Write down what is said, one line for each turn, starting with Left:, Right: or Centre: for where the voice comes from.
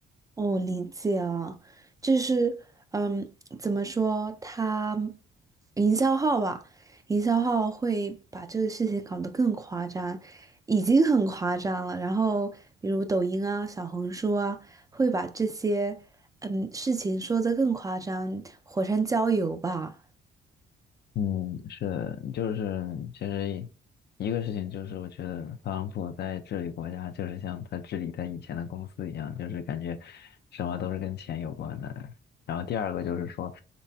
Right: 哦，理解了，就是，嗯，怎么说，他营销号吧，营销号会把这个事情搞得更夸张，已经很夸张了。然后，比如抖音啊、小红书啊，会把这些嗯事情说得更夸张，火上浇油吧。
Left: 嗯，是的，就是其实一个事情就是，我觉得特朗普在治理国家，就是像他治理他以前的公司一样，就是感觉什么都是跟钱有关的。然后第二个就是说，